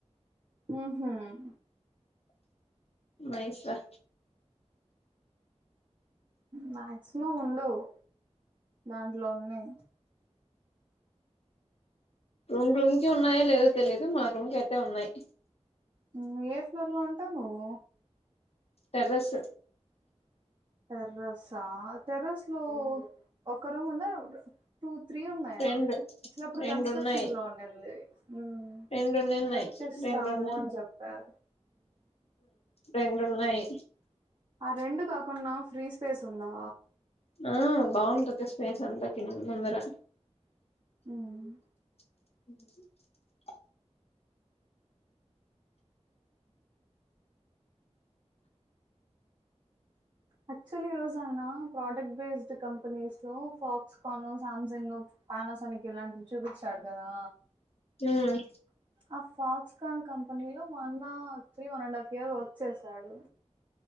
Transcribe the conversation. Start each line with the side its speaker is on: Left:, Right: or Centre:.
Right: మ్మ్ హ్మ్
Left: మైస్ర
Right: మాక్సిమం ఉండవు దాంట్లో ఉన్నయి
Left: రూమ్ రూమ్ కి ఉన్నాయా లేదో తెలీదు మా రూమ్ కి అయితే ఉన్నాయి
Right: మ్మ్ ఏ ఫ్లోర్ లో ఉంటావు నువ్వు
Left: టెర్రస్
Right: టెర్రస్సా టెర్రస్ లో ఒక్ క రూమ్ ఉందా టు త్రీ ఉన్నాయా
Left: రెండు
Right: వచ్చినప్పుడు
Left: రెండు
Right: కన్స్ట్రక్షన్
Left: ఉన్నాయి.
Right: లో ఉన్నింది మ్మ్
Left: రెండున్నాయి
Right: కట్టిస్తాము
Left: రెండున్నిన్నాయి రెండున్నాయి
Right: అని చెప్పారు
Left: రెండు ఉన్నాయి
Right: ఆ రెండు కాకుండా ఫ్రీ స్పేస్ ఉందా
Left: ఆ బాగుంటది స్పేస్ అంతా కింద ముందర
Right: మ్మ్
Left: హ
Right: యాక్చువల్లీ ఈరోజు ఆయన ప్రోడక్ట్ బేస్డ్ కంపెనీస్ లో ఫాక్స్కాను సామ్సంగ్ పానసోనిక్ ఇలాంటివి చూపిచ్చాడు కదా
Left: హ్మ్
Right: ఆ ఫాక్స్కాన్ కంపెనీ లో మా అన్న actually one and half year work చేశాడు